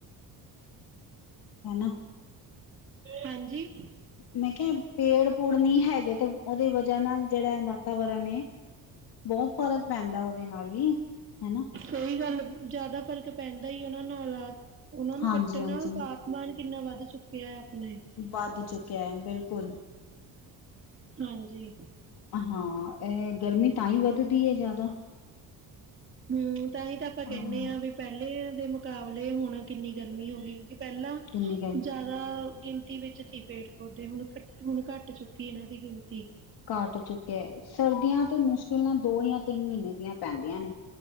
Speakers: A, on the left; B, on the right.
A: ਹਨਨਾ <unintelligible>
B: ਹਾਂਜੀ।
A: ਮੈਂ ਖਿਹਾ ਪੇੜ-ਪੂੜ ਨਹੀਂ ਹੈਗੇ ਤੇ ਉਹਦੀ ਵਜ੍ਹਾ ਨਾਲ ਜਿਹੜਾ ਏ ਵਾਤਾਵਰਨ ਏ ਬਹੁਤ ਫ਼ਰਕ ਪੈਂਦਾ ਉਹਦੇ ਨਾਲ ਵੀ ਹਨਾ।
B: ਸਹੀ ਗੱਲ, ਜ਼ਿਆਦਾ ਫ਼ਰਕ ਪੈਂਦਾ ਉਹਨਾਂ ਨਾਲ ਆ। ਉਹਨਾਂ ਨੂੰ
A: ਹਾਂਜੀ
B: ਕੱਟਣ
A: ਹਾਂਜੀ
B: ਨਾਲ ਤਾਪਮਾਨ ਕਿੰਨਾ ਵੱਧ ਚੁੱਕਿਆ ਏ ਆਪਣੇ।
A: ਵੱਧ ਚੁੱਕਿਆ ਏ, ਬਿਲਕੁਲ।
B: ਹਾਂਜੀ।
A: ਹਾਂ, ਇਹ ਗਰਮੀ ਤਾਂ ਈ ਵੱਧਦੀ ਏ ਜ਼ਿਆਦਾ।
B: ਹੂੰ, ਤਾਂਈ ਤਾਂ ਆਪਾਂ ਕੈਣੇ
A: ਹਾਂ
B: ਆਂ ਬਈ ਪੈਲੀਆ ਦੇ ਮੁਕਾਬਲੇ ਹੁਣ ਕਿੰਨੀ ਗਰਮੀ ਹੋ ਗਈ। ਪੈਲਾਂ
A: ਕਿੰਨੀ ਗਰਮੀ
B: ਜਾ ਦਾ ਗਿਣਤੀ ਵਿੱਚ ਸੀ ਪੇੜ-ਪੌਦੇ ਹੁਣ ਘੱਟ, ਹੁਣ ਘੱਟ ਚੁੱਕੀ ਏ ਇਨਾਂ ਦੀ ਗਿਣਤੀ।
A: ਘਾਟ ਚੁੱਕੇਐ ਸਰਦੀਆਂ ਤੇ ਮੁਸ਼ਕਿਲਾਂ ਨਾਲ ਦੋ ਯਾ ਤਿੰਨ ਮੀਨੇ ਦੀਆਂ ਪੈਂਦੀਆਂ ਨੇ।